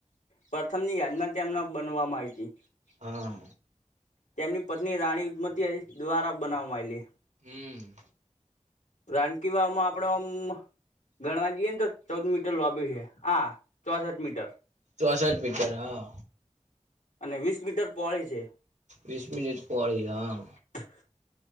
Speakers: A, on the left; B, on the right.
A: પ્રથમ ની યાદમાં તેમના બનવામાં આવી હતી.
B: હા
A: તેમની પત્ની રાણી ઉદમતી દ્વારા બનાવવામાંયલી.
B: હમ.
A: રાનકી વાવમાં આપડ આમ ઘણવા જઈએ ને તો. ચૌદ મીટર લોબી છે હા ચોસઠ મીટર.
B: ચોસઠ મીટર હા
A: અને વીસ મીટર પોળી છે.
B: વીસ મિટ પોડીિયા.
A: હ.